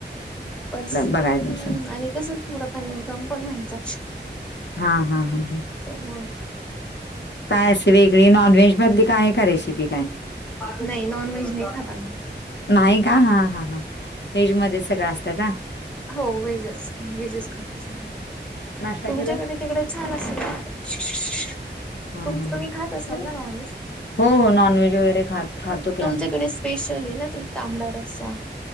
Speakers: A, in the centre; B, on the left.
A: पण
B: बघायचं
A: हम्
B: असेल
A: आणि कस थोडफार इन्कम पण व्हायचा
B: हा हा हा हम <unintelligible>
A: तरर म <unintelligible>
B: काय असे वेगळी नॉनव्हेज मधली काय का रेसिपी काय <unintelligible>
A: नाही नॉन व्हेज नाही खाताता म <unintelligible>
B: नाही का हा हा हा हेज मध्ये सगळं असतं का <unintelligible>
A: हो वहेजच व्जच खातो सग
B: नाश्ता
A: तुमच्याकडे
B: केला
A: तिकडे <unintelligible> <unintelligible>
B: हा
A: तम
B: हा
A: तुम्ही
B: हा
A: खात असाल ना नॉनव्ज
B: हो हो नॉनव्हेज वगैरे खात खातो की
A: तुमच्याक
B: आम्ही
A: <unintelligible> आणि स्पेशली ना ते तांबडा रा <unintelligible>